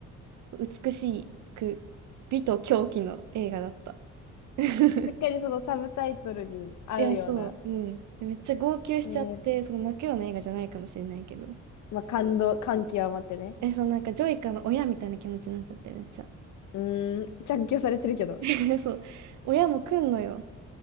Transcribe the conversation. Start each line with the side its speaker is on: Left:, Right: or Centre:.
Right: 美しく、美と狂気の映画だった。<laughs>
Left: しっかりそのサブタイトルに合うような。
Right: いや、そう、うん。でめっちゃ号泣しちゃって、
Left: えー、
Right: その泣くような映画じゃないかもしれないけど。
Left: まあ、感動、感極まってね。
Right: え、そのなんかジョイカの親みたいな気持ちになっちゃって、めっちゃ。
Left: うーん、着去されてるけど。
Right: <laughs> そう。親も来んのよ。